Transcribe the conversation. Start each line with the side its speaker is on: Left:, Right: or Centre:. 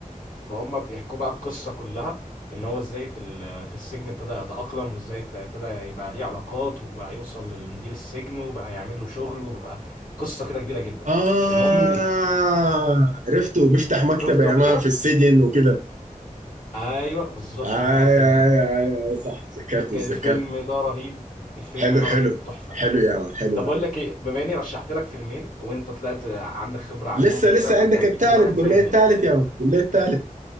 Left: فهم بيحكوا بقى القصة كلها ان هو ازاي في ال- في السجن ابتدى يتأقلم وازاي ت- ابتدى يبقى ليه علاقات وبقى يوصل للمدير السجن وبقى يعمل له شغل وبقى قصة كده كبيرة جدا
Right: اه
Left: المهم ان الف-
Right: عرفته بيفتح مكتبه
Left: شفته
Right: يا
Left: قبل
Right: مان
Left: كده
Right: في السجن وكده
Left: ايوه بالظبط
Right: آي
Left: هو الفيلم
Right: آي
Left: ده
Right: آي آي صح اتذكرت اتذكرت
Left: الفيلم ده رهيب الفيلم
Right: حلو
Left: ده
Right: حلو
Left: رهيب تحفة
Right: حلو يا مان حلو
Left: طب بقول
Right: آي
Left: لك ايه بما اني رشحت لك فيلمين وانت طلعت عندك خبرة عنهم
Right: لسه
Left: وكده
Right: لسه
Left: فانت
Right: عندك
Left: اكيد
Right: الثالث
Left: دماغك
Right: قول
Left: زي
Right: لي
Left: دماغي
Right: الثالث يا مان قول لي الثالث